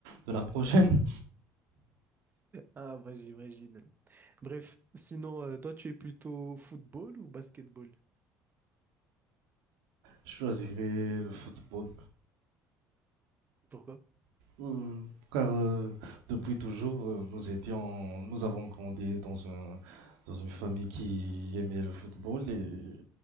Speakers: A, on the right; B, on the right.
A: de la prochaine.
B: Ah, bah j'imagine. Bref, sinon, euh, toi, tu es plutôt football ou basketball?
A: Je choisirais le football
B: Pourquoi?
A: Euh, car euh, depuis toujours, euh, nous étions, nous avons grandi dans un, dans une famille qui aimait le football et,